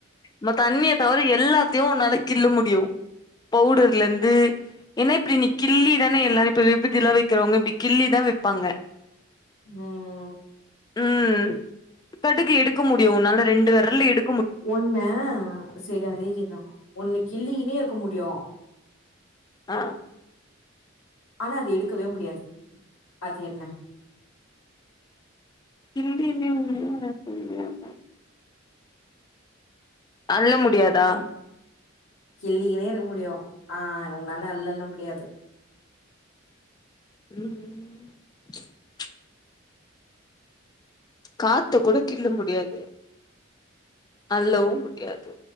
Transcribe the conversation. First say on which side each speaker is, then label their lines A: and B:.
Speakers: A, on the left; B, on the left.
A: நா தண்ணிய தவிர எல்லாத்தையு உன்னால கிள்ள முடியு பவுடர்ல இந்து ஏன்னா இப்பிடி நீ கிள்ளி தானே எல்லாரு இப்ப விபுதில்லா வைக்கிறவுங்க இப்பிடி கிள்ளிதா வைப்பாங்க
B: ம் ம்
A: ம் கடுகு எடுக்க முடி உன்னால ரெண்டு வெரல எடு
B: ஒன்ன சேரி அதே கேக்குறே ஒன்ன கிள்ளிகின்னே இங்கியு இருக்க முடியு
A: ஆ
B: ஆனா அது எடுக்கவே முடியாது அது என்ன
A: கில்லி மே <inaudible> தெரியாதுக்கா அல்ல முடியாதா
B: கிள்ளிகின்னே இருக்க முடியு ஆ உன்னால அல்லல்ல முடியாது
A: ம் ம் காத்த கூட கிள்ள முடியாது அல்லவு முடியாது